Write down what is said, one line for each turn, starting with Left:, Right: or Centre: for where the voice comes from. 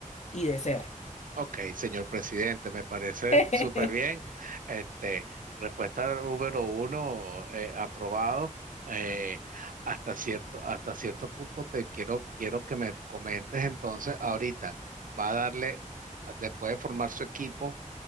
Left: y de ser.
Right: Ok, señor presidente, me parece
Left: <laughs>
Right: súper bien. Este, respuesta número uno, eh, aprobado. Eh, hasta cierto, hasta cierto punto te quiero, quiero que me comentes entonces ahorita. Va a darle, después de formar su equipo,